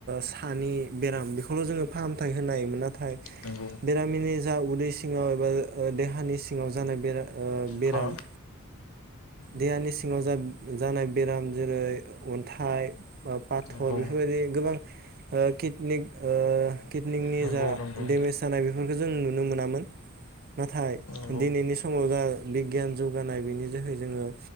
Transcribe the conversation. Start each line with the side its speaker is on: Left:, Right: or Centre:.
Right: सानि बेराम बेखौल' जोङो फाहामथाय होनायोन ना <inaudible> नाथाय
Left: नंगौ
Right: बेरामिनि जा उदै सिङाव एबा <inaudible> देहानि सिङाव जानाय बेराद आ बेराम
Left: हा
Right: देहानि सिङाव जानाय बेराम जेरै अन्थाइ बा पाथर
Left: नंगौ
Right: बेफोरबायदि गोबां ओ कितनिक ओ कितनिकनि
Left: नंगौ
Right: जा
Left: नंगौ
Right: देमेज जानाय बेफोरखौ बेखौ जों नुनो मोनामोन नाथाय
Left: नंगौ
Right: दिनैनि समाव जा बिगियान जौगानाय बेनि जोहै जोङो